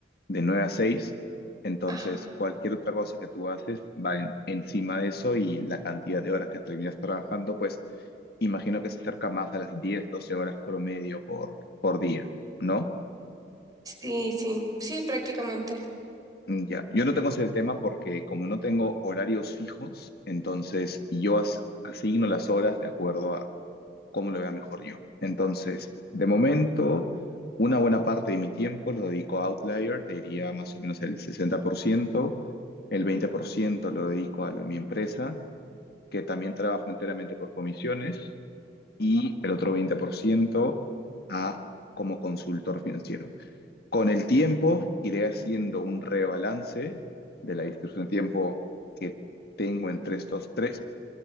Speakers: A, on the left; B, on the right.
A: de nueve a seis, Entonces,
B: Ajá.
A: cualquier otra cosa que tú haces va en- encima de eso y la cantidad de horas que terminas trabajando, pues imagino que se acerca más a las 10 12 horas promedio por, por día, ¿no?
B: Sí, sí, sí, prácticamente.
A: Mm, Ya, yo no tengo ese tema porque como no tengo horarios fijos, entonces yo as- asigno las horas de acuerdo a cómo lo vea mejor yo. Entonces, de momento, una buena parte de mi tiempo lo dedico a Outlier, te diría más o menos el 60%. el 20% lo dedico a la- mi empresa, que también trabajo enteramente por comisiones, y el otro 20% a como consultor financiero. Con el tiempo iré haciendo un rebalance de la distribución de tiempo que tengo entre estos tres